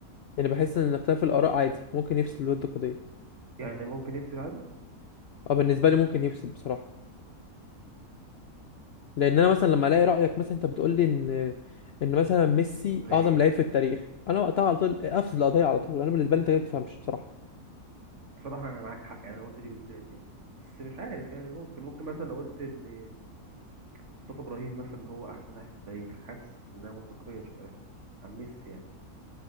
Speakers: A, on the left; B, on the right.
A: يعني بحس إن اختلاف الآراء عادي ممكن يفسد الود قضية
B: يعني ممكن يفسد عادي
A: أه بالنسبة لي ممكن يفسد بصراحة لأن أنا مثلا لما ألاقي رأيك مثلا أنت بتقول لي إن إن مثلا ميسي
B: زي
A: أعظم
B: ايه
A: لعيب
B: مثلا
A: في التاريخ أنا وقتها على طول أفسد القضية على طول أنا بالنسبة لي أنت ما تفهمش بصراحة
B: بصراحة أنا معاك حق يعني أنا قلت دي بالذات يعني بس مش عارف يعني ممكن ممكن مثلا لو قلت إن مصطفى إبراهيم مثلا هو أحسن لاعب في التاريخ حاسس إنها منطقية شوية عن ميسي يعني